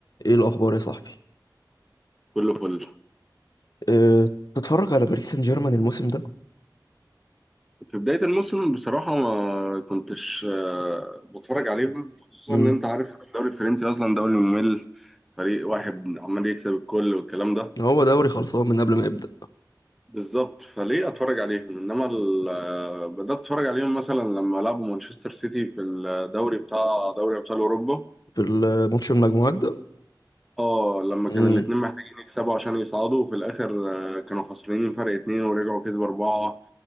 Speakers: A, on the left (about 55°); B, in the centre.
A: ايه الاخبار يا صاحبي
B: كله فل
A: أه تتفرج على باريس سان جيرمان الموسم ده
B: في بداية الموسم بصراحة ما كنتش آه، بتفرج عليهم خصوصا
A: امم
B: إن أنت عارف الدوري الفرنسي أصلا دوري ممل فريق واحد عمال يكسب الكل والكلام ده
A: هو دوري خلصان من قبل ما يبدا
B: بالظبط فليه أتفرج عليهم إنما ال- آه، بدأت أتفرج عليهم مثلا لما لعبوا مانشستر سيتي في الدوري بتاع دوري أبطال أوروبا
A: في الماتش المجموعات ده
B: اه لما
A: امم
B: كان الاتنين محتاجين يكسبوا عشان يصعدوا وفي الآخر آه، كانوا خسرانين فرق اتنين ورجعوا كسبوا أربعة